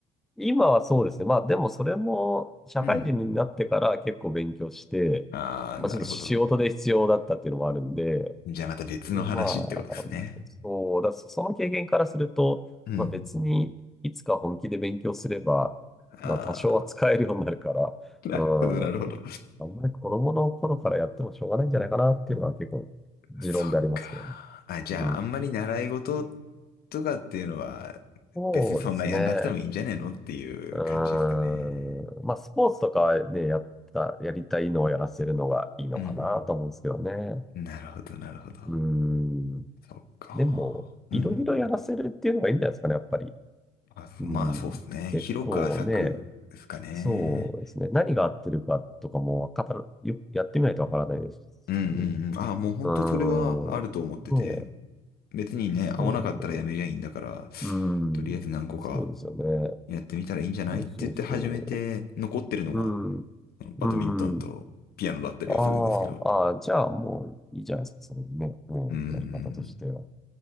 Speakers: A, in the centre; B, on the left.
A: 今はそうですね。まあでもそれも社会人になってから結構勉強して、
B: うん。ああー、
A: まあちょっと仕事で必要だったっていうのもあるんで、
B: なるほど。じゃあまた別の話ってことですね。
A: でまあ、そうだ、そその経験からすると、
B: うん。
A: まあ別にいつか本気で勉強すれば、
B: あ
A: まあ多少は使えるようになるから、
B: あ、<laughs> なるほど、
A: う
B: なるほど。
A: ん、あんまり子供の頃からやってもしょうがないんじゃないかなっていうのは結構持論でありますけどね。
B: そっか。あ、じゃあ、
A: うん。
B: あんまり習い事とかっていうのは、
A: そうですね。
B: 別にそんなやんなくてもいいんじゃねえのっていう感じですかね。
A: うーん。まあ、スポーツとかね、やった、やりたいのをやらせるのがいいのかなと思うんですけどね。
B: うん。なるほど、なるほど。
A: うーん。
B: そっか。
A: でも、
B: うん。
A: いろいろやらせるっていうのがいいんじゃないですかね、やっぱり。
B: あ、そまあ、
A: うん。
B: そうっすね。
A: 結構ね、
B: 広く浅くですかね。
A: そうですね。何が合ってるかとかもわかる、よ、やってみないとわからないですし。
B: うんうんうん。あ、もう本当それはあると思ってて、
A: うーん。ねえ、
B: 別にね、
A: そうですよね。
B: 合わなかったらやめりゃいいんだから、
A: うん。
B: とりあえず何個か
A: そうですよね。
B: やってみたらいいんじゃないって言って始めて、
A: そうそうそ
B: 残ってるのが、
A: う。うん。
B: あのバドミントンとピアノだったりはするんですけど。
A: うん。あーあー、あじゃあもういいじゃないですか、それでね。うん、
B: うんうんうん。
A: やり方としては。